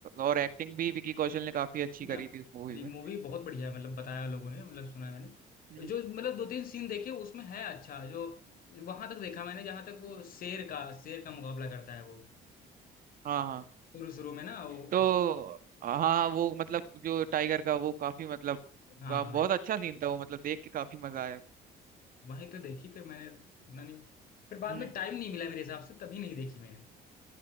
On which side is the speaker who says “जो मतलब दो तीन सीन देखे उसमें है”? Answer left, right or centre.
Left